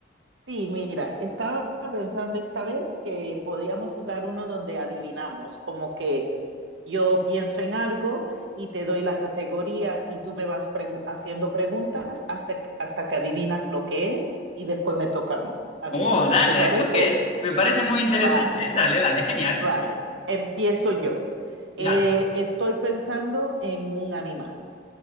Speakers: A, on the right; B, on the left.
A: Sí, mira, estaba pensando esta vez que podíamos jugar uno donde adivinamos, como que yo pienso en algo y te doy la categoría y tú me vas pregu- haciendo preguntas hasta, hasta que adivinas lo que es y después me toca a mí adivinar.
B: Oh, dale,
A: ¿Te parece?
B: ok, me parece muy interesante.
A: Vale.
B: Dale, dale, genial.
A: Vale, empiezo yo.
B: Dale,
A: Eh, estoy pensando en un animal